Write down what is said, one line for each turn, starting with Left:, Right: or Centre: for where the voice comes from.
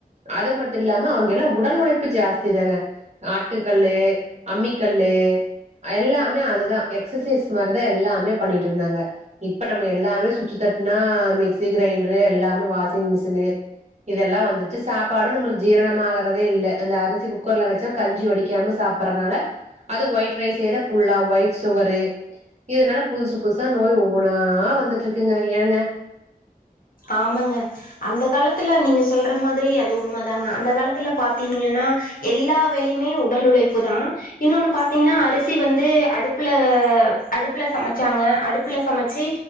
Right: அது மட்டு இல்லாம அவுங்க எல்லா உடல் உழைப்பு ஜாஸ்தி தாங்க ஆட்டுக்கல்லு அம்மிக்கல்லு எல்லாமே அதுதா எக்ஸசைஸ் மாரிதா எல்லாமே பண்ணிட்டு இருந்தாங்க இப்ப நம்ம எல்லாமே சுவிட்சு தட்டுனா மிக்சி கிரைண்டரு எல்லாமே வாஷிங் மிஷினு இதெல்லா வந்துச்சு சாப்பாடு நம்மளுக்கு ஜீரணமாகறதே இல்ல இந்த அரிச குக்கர்ல வச்சு கஞ்சி வடிக்காம சாப் பறனால அது ஒயிட் ரைஸ் செய்த புலாவ் ஒயிட் சுகரு இதுனால புதுசு புதுசா நோய் ஒவ்வொன்னா வந்துட்ருக்குங்க ஏங்க
Left: ஆமாங்க அந்தக் காலத்துல நீங்க சொல்ற மாதிரி அது உண்மை தாங்க அந்தக் காலத்துல பாத்தீங்கன்னா எல்லா வேலையுமே உடல் உழைப்பு தா இன்னொன்னு பாத்தீங்கன்னா அரிசி வந்து அடுப்புல அடுப்புல சமைச்சாங்க அடுப்புல சமைச்சு